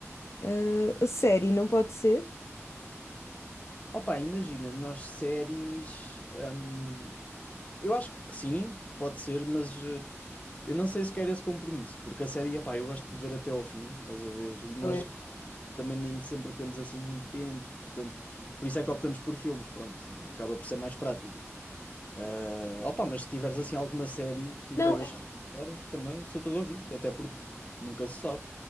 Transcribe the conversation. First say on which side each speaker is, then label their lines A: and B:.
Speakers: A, on the left; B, on the left.
A: eh, a série não pode ser?
B: opa, imagina, nós séries. hum, eu acho que sim, pode ser, mas. eh, Eu não sei se quero esse compromisso, porque a série, epá, eu gosto de ver até ao fim, estás a ver? E nós
A: Oi.
B: também nem sempre temos assim muito tempo, portanto, por isso é que optamos por filmes, pronto, acaba por ser mais prático. Ah, opa, mas se tiveres assim alguma série que me
A: Não,
B: queiras
A: é,
B: recomendar, também sou todo ouvidos, até porque nunca se sabe.